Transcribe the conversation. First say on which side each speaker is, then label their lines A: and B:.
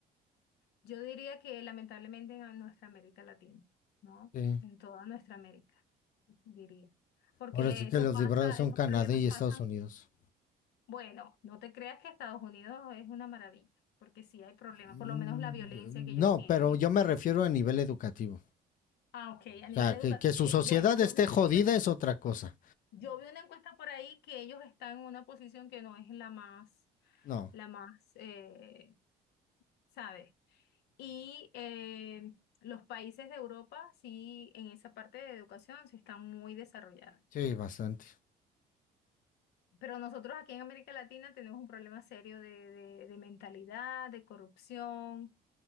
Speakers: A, on the left (about 75°); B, on the left (about 50°).
A: Yo diría que lamentablemente en nuestra América Latina, ¿no?
B: Sí.
A: En toda nuestra América, diría. Porque
B: Ahora sí que
A: eso
B: los
A: pasa,
B: librados son
A: esos
B: Canadá
A: problemas
B: y Estados
A: pasan.
B: Unidos.
A: Bueno, no te creas que Estados Unidos es una maravilla, porque sí hay problemas,
B: Mm,
A: por lo menos la violencia que ellos
B: No,
A: tienen.
B: pero yo me refiero a nivel educativo.
A: Ah, ok, a
B: O
A: nivel
B: sea,
A: educativo.
B: que, que su
A: eh,
B: sociedad
A: Bueno, yo
B: esté
A: vi una
B: jodida
A: encuesta,
B: es otra cosa.
A: yo vi una encuesta por ahí que ellos están en una posición que no es la más,
B: No.
A: la más, eh, ¿sabes? Y eh, los países de Europa, sí, en esa parte de educación, sí están muy desarrollados.
B: Sí, bastante.
A: Pero nosotros aquí en América Latina tenemos un problema serio de, de- de mentalidad, de corrupción,